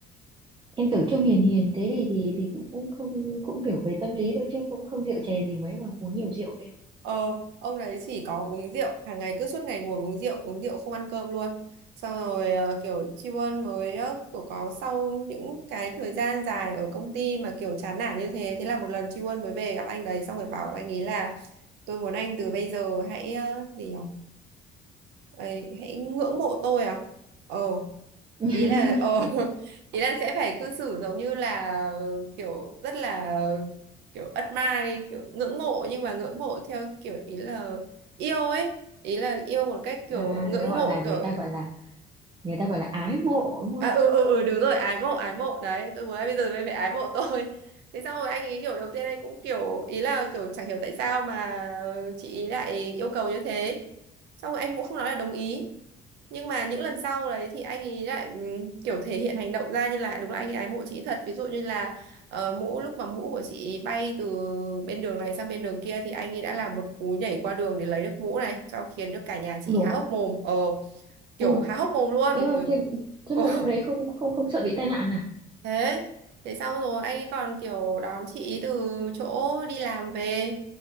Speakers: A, on the right; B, on the right.
A: em tưởng trông hiền hiền thế thì thì thì cũng cũng không cũng kiểu về tâm lý thôi chứ cũng không rượu chè gì mấy mà uống nhiều rượu ghê
B: Ờ, ông đấy chỉ có uống rượu, hàng ngày cứ suốt ngày ngồi uống rượu, uống rượu không ăn cơm luôn. Xong rồi ờ, kiểu Tri Ân mới ờ, kiểu có sau những cái thời gian dài ở công ty mà kiểu chán nản như thế, thế là một lần Tri Ân mới về gặp anh đấy xong rồi bảo anh ấy là tôi muốn anh từ bây giờ hãy ờ, gì nhỉ? Ấy, hãy ngưỡng mộ tôi à? Ờ,
A: <laughs>
B: ý là ờ <laughs> ý là sẽ phải cư xử giống như là kiểu rất là kiểu admire kiểu ngưỡng mộ nhưng mà ngưỡng mộ theo kiểu ý là yêu ấy ý là yêu một cách kiểu
A: à,
B: ngưỡng
A: người gọi
B: mộ
A: là người
B: kiểu
A: ta gọi là người ta gọi là ái mộ đúng
B: à
A: không
B: ừ ừ ừ đúng rồi ái mộ ái mộ đấy tôi muốn anh bây giờ mới phải ái mộ tôi <laughs> thế xong rồi anh ý kiểu đầu tiên anh cũng kiểu ý là kiểu chẳng hiểu tại sao mà chị ý lại yêu cầu như thế xong rồi anh cũng không nói là đồng ý nhưng mà những lần sau đấy thì anh ấy lại ừm, kiểu thể hiện hành động ra như là đúng là anh ấy ái mộ chị thật ví dụ như là ờ, mũ lúc mà mũ của chị bay từ bên đường này sang bên đường kia thì anh ấy đã làm một cú nhảy qua đường để lấy được mũ này cho khiến được cả nhà chị
A: Ui rồi
B: há hốc mồm ờ kiểu
A: ui dồi,
B: há hốc mồm luôn
A: thế mà
B: Bởi-
A: thế,
B: <laughs>
A: thế
B: Ồ,
A: mà lúc đấy không không không sợ bị tai nạn à
B: thế thế xong rồi anh ấy còn kiểu đón chị ý từ chỗ đi làm về